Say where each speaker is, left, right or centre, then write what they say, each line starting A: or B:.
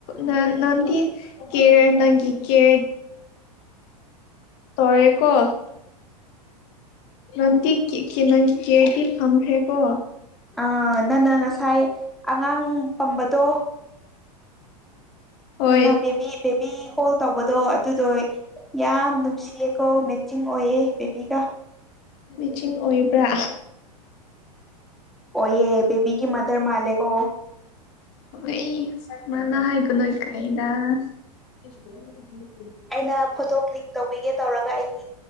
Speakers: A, on the left; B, in the centre.
A: ꯅ ꯅꯪꯗꯤ ꯀꯦ ꯅꯪꯒꯤ ꯀꯦ ꯇꯔꯦꯀꯣ ꯅꯪꯗꯤ ꯅꯪꯒꯤ ꯀꯦꯗꯤ ꯐꯝ꯭ꯔꯦꯀꯣ
B: ꯑꯥ ꯅꯪꯅ ꯉꯁꯥꯏ ꯑꯉꯥꯡ ꯄꯝꯕꯗꯣ
A: ꯍꯣꯏ
B: ꯅꯅ ꯕꯦꯕꯤ ꯕꯦꯕꯤ ꯍꯣꯜ ꯇꯧꯕꯗꯣ ꯑꯗꯨꯗꯣꯏ ꯌꯥꯝ ꯅꯨꯡꯁꯤꯌꯦꯀꯣ ꯃꯦꯆꯤꯡ ꯑꯣꯏꯌꯦ ꯕꯦꯕꯤꯒ
A: ꯃꯦꯆꯤꯟ ꯑꯣꯏꯕ꯭ꯔꯥ
B: ꯑꯣ ꯦꯕꯤꯒꯤ ꯃꯗꯔ ꯃꯥꯂꯦꯀ
A: ꯑꯩ ꯃꯥꯜꯅ ꯍꯥꯏꯒꯅꯣꯣꯏ ꯀꯩꯗ <inaudible>
B: ꯑꯩꯅ ꯐꯣꯇꯣ ꯀ꯭ꯂꯤꯛ ꯇꯧꯕꯤꯒꯦ ꯇꯧꯔꯒ ꯑꯩꯒꯤ